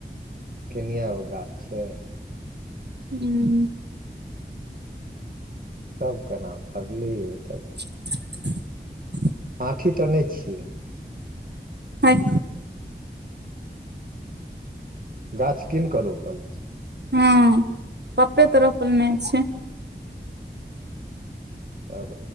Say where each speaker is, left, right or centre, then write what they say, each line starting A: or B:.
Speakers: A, on the right; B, on the right.
A: केनिआ गो गाछ छै
B: हूँ
A: तब केना फड़ली ओ तब
B: <inaudible>
A: आँठी त नहि छियै
B: हेय
A: गाछ कीन क रोपल छै
B: हँ पप्पे त रोपने छै
A: तब